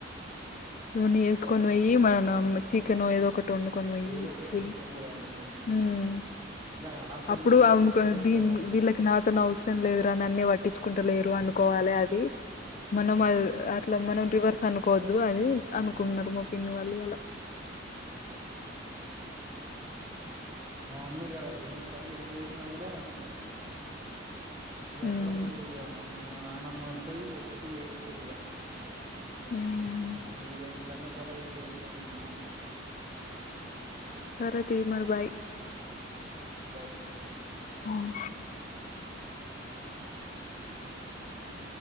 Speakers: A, on the left; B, on the right.
A: ఇవన్నీ వేసుకొని
B: కప్
A: పోయి మన చికెన్ ఏదో ఒకట్ వండుకొని పోయి
B: ఏదో
A: ఇచ్చి
B: ఒకటి చేసుకొని పోవాలి
A: హుమ్
B: ఇట్లా హాస్టల్
A: అప్పుడు
B: పోరాళ్ళకి
A: అనుకో
B: ఎట్లా తీసుకోవటం
A: దీన్ విలక్నాథ్ అతను అవసరం లేదు రా నన్నే పట్టించుకుంటలేరు పోవాలె అది మనం అట్లా మనం రివర్స్ అనుకోవద్దు అని అనుకున్నరు
B: ఉమ్,
A: మా పిన్ని వాళ్ళు ఇయాలా
B: అ మా మమ్మీగా ఎన్ని సార్లు ఎంతేసినా కూడా ఇక
A: హ్మ్
B: అప్పుడప్పు ఇప్పుడు ఇగ ఆనందం వత్తది లేకపోతే ఏడుత్తదిఇక
A: హ్మ్
B: ఏ కన్నతల్లి అయితే చేత్తది అన్నం
A: సరే తీర్మర్ బాయ్
B: బయ్
A: హువ్
B: ఆ